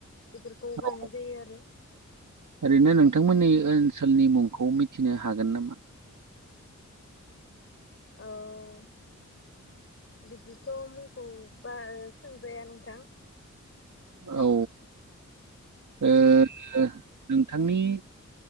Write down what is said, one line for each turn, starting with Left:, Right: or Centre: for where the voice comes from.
Left: इफोरखौ
Right: औ
Left: गायनाय जायो आरो
Right: ओरैनो नोंथांमोननि ओनसोलनि मुंखौ मिथिनो हागोन नामा
Left: <inaudible> औ बिदिथ' मुंखौ बारा सोंजाया नोंथां अ
Right: औ ओ नोंथांनि